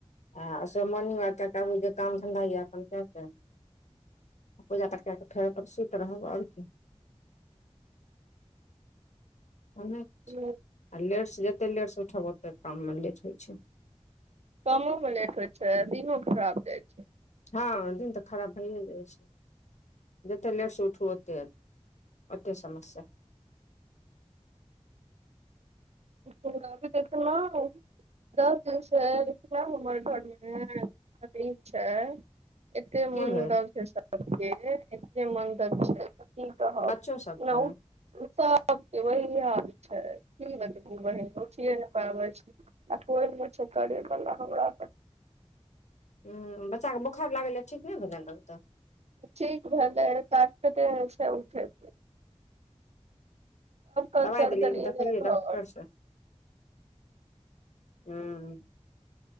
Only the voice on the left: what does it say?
आ सब मॉर्निंग वक कए क आबू जे काम धन्धा यए अपन कए कऽ पूजापाठ कए कऽ फेर अपन सुति रहब आओर की ओने
आर लेटसँ जतेक लेटसँ उठब ओतेक काममे लेट होइ छै
हँ दिन तऽ खराब भइए जाइ छै जेतेक लेट से उठू ओतेक ओते समस्या
की भेल
बच्चो सभके
हँ बच्चाके बोखार लागै लऽ ठीक नहि भेलै अभी तक
दवाइ
देलियै
कि देखलियै
डॉक्टर से ह्म